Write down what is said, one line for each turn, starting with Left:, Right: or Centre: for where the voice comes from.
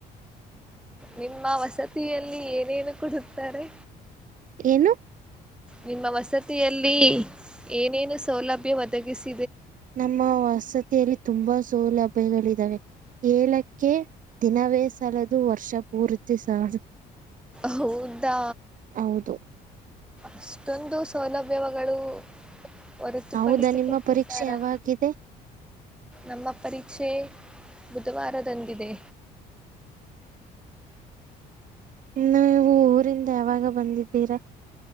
Centre: ನಿಮ್ಮ ವಸತಿಯಲ್ಲಿ ಏನೇನು ಕೊಡುತ್ತಾರೆ
Right: ಏನು
Centre: ನಿಮ್ಮ ವಸತಿಯಲ್ಲಿ ಏನೇನು ಸೌಲಭ್ಯ ಒದಗಿಸಿ
Right: ನಮ್ಮ ವಸತಿಯಲ್ಲಿ ತುಂಬಾ ಸೌಲಭ್ಯಗಳಿದಾವೆ ಹೇಳಕ್ಕೆ ದಿನವೇ ಸಾಲದು ವರ್ಷಪೂರ್ತಿ ಸಾಲದು
Centre: ಹೌದಾ
Right: ಹೌದು
Centre: ಅಷ್ಟೊಂದು ಸೌಲಭ್ಯಗಳು ಹೊರತುಪಡಿಸಿಕೊಟ್ಟಿದ್ದಾರಾ
Right: ಹೌದಾ ನಿಮ್ಮ ಪರೀಕ್ಷೆ ಯಾವಾಗಿದೆ
Centre: ನಮ್ಮ ಪರೀಕ್ಷೆ ಬುಧವಾರದ ತಂದಿದೆ
Right: ಇನ್ನು ನೀವು ಊರಿಂದ ಯಾವಾಗ ಬಂದಿದ್ದೀರಾ